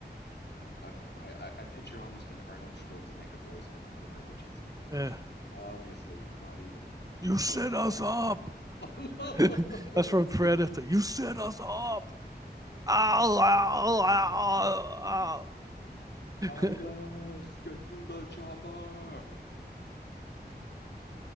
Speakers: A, on the left (about 75°); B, on the right (about 20°).
A: I, I don't know, I, I I picture almost an Arnold Schwarzenegger voice coming out of her, which is uh,
B: Yeah.
A: obviously not even
B: You
A: remotely
B: set us
A: possible.
B: up.
A: <laughs>
B: <laughs> That's from Predator. You set us up. <laughs> Ow, ow, ow,
A: Alice,
B: ow.
A: get to the chopper.